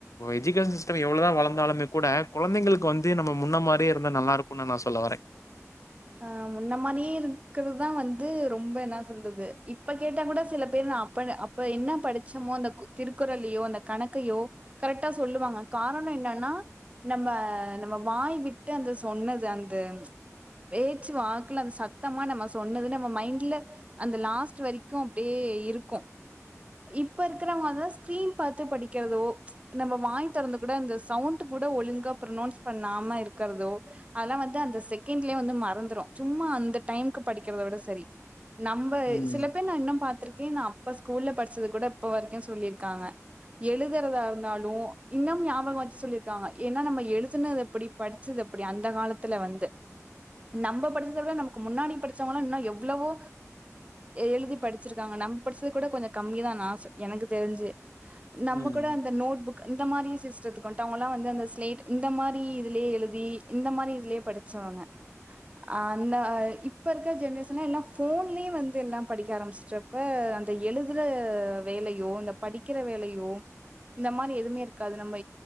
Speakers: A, on the left (about 70°); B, on the right (about 25°).
A: எஜுகேஷன் சிஸ்டம் எவ்வளவுதான் வளர்ந்தாலும் இருந்தாலுமே கூட கொழந்தைங்களுக்கு வந்து நம்ம முன்ன மாரியே இருந்த நல்லா இருக்கும்னு நான் சொல்ல வறேன்
B: ஆ முன்ன மாரியே இருக்கிறதுதான் வந்து ரொம்ப என்ன சொல்றது இப்ப கேட்டா கூட சில பேர் நான அப்ப அப்ப என்ன படிச்சமோ அந்த திருக்குறளையோ அந்த கணக்கையோ கரெக்டா சொல்லுவாங்க காரணம் என்னன்னா நம்ம நம்ம வாய் விட்டு அந்த சொன்னது அந்த பேச்சு வாக்கல அந்த சத்தமா நம்ம சொன்னது நம்ம மைண்ட்ல அந்த லாஸ்ட் வரைக்கும் அப்டியே இருக்கும் இப்ப இருக்கிறவங்கதான் ஸ்கிரீன் பாத்து படிக்கிறதோ நம்ம வாய் திறந்து கூட அந்த சவுண்ட் கூட ஒழுங்கா ப்ரனௌன்ஸ் பண்ணாம இருக்கிறதோ அதெல்லாம் வந்து அந்த செகண்ட்லய வந்து மறந்துடும் சும்மா அந்த டைமு்க படிக்கிறத ஓட சரி நம்ம
A: ம்.
B: சில பேர் நான இன்னும் பா்த்திருக்கேன் நான இப்ப ஸ்கூல்ல படிச்சது கூட இப்ப வரைக்கும் சொல்லிருக்காங்க எழுதுறதா இருந்தாலும் இன்னும் ஞாபகம் வச்சு சொல்லியிருக்காங்க ஏன்னா நம்ம எழுதுனது அப்படி படிச்சது அப்படி அந்த காலத்துல வந்து நம்ம படிச்சத விட நமக்கு முன்னாடி படிச்சவங்களாம் இன்னும் எவ்வளவோ எழுதி படிச்சிருக்காங்க நம்ம படிச்சது கூட கொஞ்சம் கம்மிதான்ன் ஆச எனக்கு தெரிஞ்சு நம்ம
A: ம்.
B: கூட அந்த நோட் புக்க இந்த மாரி சிஸ்டத்துக்கு வந்துட்டுவங்கல்லாம் வந்து அந்த ஸ்லேட் இந்த மாரி இதுலயே எழுதி இந்த மாரி இதுலயே படிச்சங்க அந்த இப்ப இருக்கிற ஜென்ரேஷன் என்ன எல்லாம் போன்லயே வந்து எல்லாம் படிக்க ஆரம்பிச்சப்ப அந்த எழுதுற வேலையோ அந்த படிக்கிற வேலையோ இந்த மாரி எதுவுமே இருக்காது நம்ம